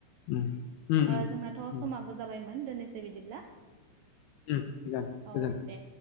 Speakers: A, on the left; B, on the right.
A: उम उम
B: ओ
A: उम
B: जोंनाथ'
A: उम
B: समाबो जाबायमोन दोननोसै बिदिब्ला।
A: उम थिगानो मोजां‌।
B: औ दे